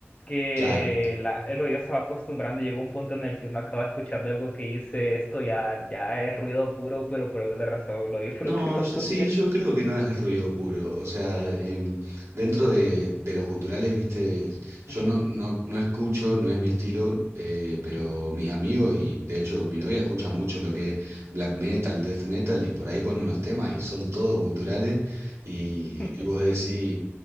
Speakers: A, on the left; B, on the right.
A: que
B: Claro.
A: la, el oído se va acostumbrando y llega un punto en el que uno acaba escuchando algo que dice, esto ya, ya es ruido puro, pero por alguna razón lo disfruto
B: No,
A: y lo
B: yo-
A: tolero.
B: sí, yo creo que no es ruido puro. O sea, em, dentro de, de los guturales, viste, yo
A: Ujú,
B: no, no, no escucho, no es mi estilo, eh, pero mis amigos y de hecho mi novia escucha mucho lo que es black metal, death metal y por ahí pone
A: ujú,
B: unos temas y son todos guturales y,
A: <laughs>
B: y vos decís,